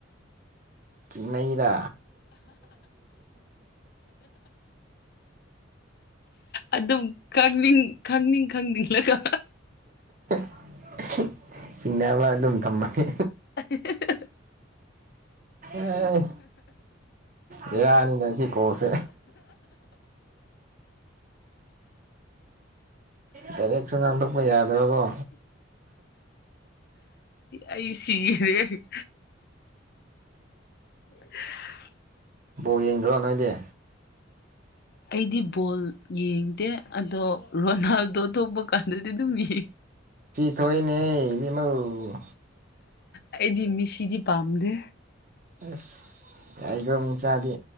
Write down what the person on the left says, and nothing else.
ꯑꯗꯨꯝ ꯀꯅꯤꯡ ꯈꯪꯅꯤꯡ ꯈꯪꯅꯤꯡꯂꯒ
<inaudible>
ꯑꯩ ꯁꯤꯉꯦꯔꯦ <inaudible>
ꯑꯩꯗꯤ ꯕꯣꯜ ꯌꯦꯡꯗꯦ ꯑꯗꯣ ꯔꯣꯅꯥꯜꯗꯣꯇꯣꯞꯄ ꯄꯥꯟꯗꯗꯤ ꯑꯗꯨꯃꯤ
ꯑꯩꯗꯤ ꯃꯤꯁꯤꯗꯤ ꯄꯝ ꯗꯦ